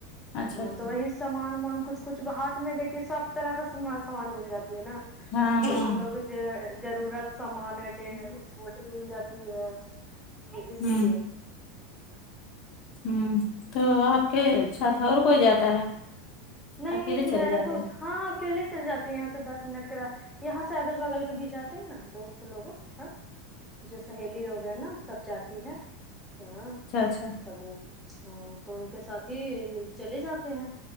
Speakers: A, on the left; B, in the centre.
A: اچھا
B: ہاں
A: اچھا
B: تو وہی سامان ومان کچھ کچھ باہر دیکھیے سب طرح کا س سامان مل جاتی ہے نا
A: ہاں ہاں
B: جو ہم لوگ جو ضرورت سامان ہے وہ بھی مل جاتی ہے اس
A: ہ
B: لیے
A: ہ تو آپ کے سات اور کوئی جاتا ہے
B: نہیں
A: اکیلے چلے
B: میں
A: جاتے
B: تو
A: ہیں
B: ہاں اکیلے چل جاتی ہ دس منٹ کرا یہاں سے اگل بغل کے بھی جاتے ہیں نا دوست لوگ سب جو سہیلی لوگ ہیں نا سب جاتی ہے ہاں
A: اچھا اچھا
B: سب وہ ہاں تو ان کے ساتھ ہی چلے جاتے ہیں